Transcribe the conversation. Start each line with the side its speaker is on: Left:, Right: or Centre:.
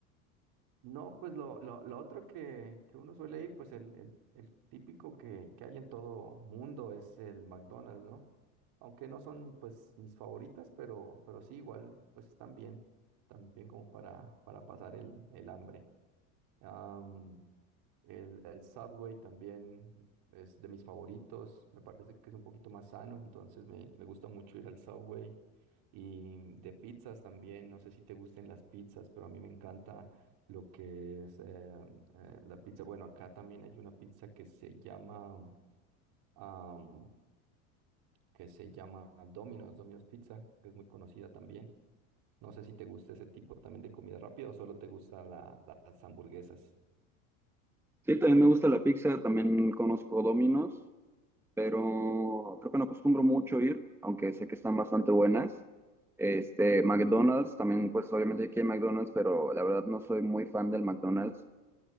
Right: No, pues lo, lo, lo otro que, que uno suele ir, pues el, el, el típico que, que hay en todo mundo es el McDonald's, ¿no? Aunque no son pues mis favoritas, pero, pero sí, igual pues están bien, también como para, para pasar el, el hambre. Am, el, el Subway también es de mis favoritos. Me parece que es un poquito más sano, entonces me, me gusta mucho ir al Subway. Y de pizzas también, no sé si te gusten las pizzas, pero a mí me encanta lo que es eh, eh, la pizza. Bueno, acá también hay una pizza que se llama, am, que se llama Domino's, Domino's Pizza, que es muy conocida también. No sé si te gusta ese tipo también de comida rápida o solo te gustan la- las hamburguesas.
Centre: Sí, también me gusta la pizza, también conozco Domino's, pero creo que no acostumbro mucho ir, aunque sé que están bastante buenas. Este, McDonald's, también pues obviamente aquí hay McDonald's, pero la verdad no soy muy fan del McDonald's